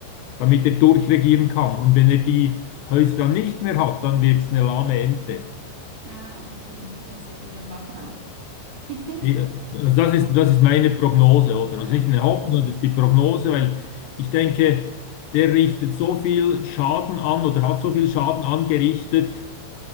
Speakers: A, on the left; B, on the right.
A: damit er durchregieren kann. Und wenn er die Häuser dann nicht mehr hat, dann wird es eine lahme Ente.
B: ah, okay, ja, sehr gut, dann warten wir ab. <laughs>
A: Die, also das ist, das ist meine Prognose, oder?
B: Ja.
A: Also nicht eine Hoffnung, sondern das ist die Prognose, weil ich denke, der richtet so viel Schaden an oder hat so viel Schaden angerichtet.